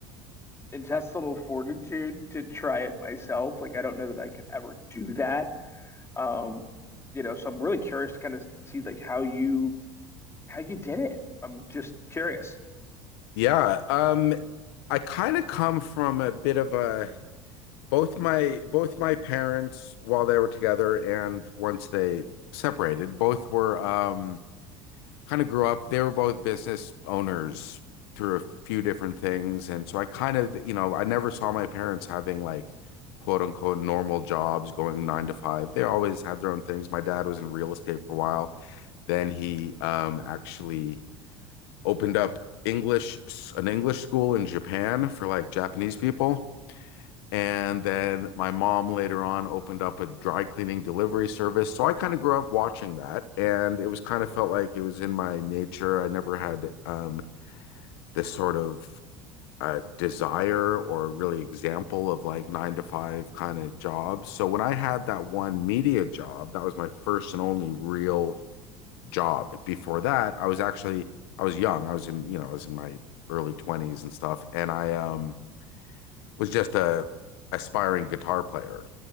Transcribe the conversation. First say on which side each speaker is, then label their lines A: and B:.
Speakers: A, on the left; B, on the left.
A: intestinal fortitude to try it myself. Like, I don't know that I could ever do that. Um, you know, so I'm really curious to kind of see like how you how you did it. I'm just curious.
B: Yeah. Um, I kind of come from a bit of a both my both my parents while they were together and once they separated, both were um kind of grew up. They were both business owners through a few different things. And so I kind of, you know, I never saw my parents having like quote unquote normal jobs going nine to five. They always had their own things. My dad was in real estate for a while. Then he um, actually opened up English, an English school in Japan for like Japanese people. And then my mom later on opened up a dry cleaning delivery service. So I kind of grew up watching that. And it was kind of felt like it was in my nature. I never had um, this sort of uh, desire or really example of like nine to five kind of jobs. So when I had that one media job, that was my first and only real job. Before that, I was actually, I was young. I was in, you know, I was in my early 20s and stuff. And I, um, was just a aspiring guitar player.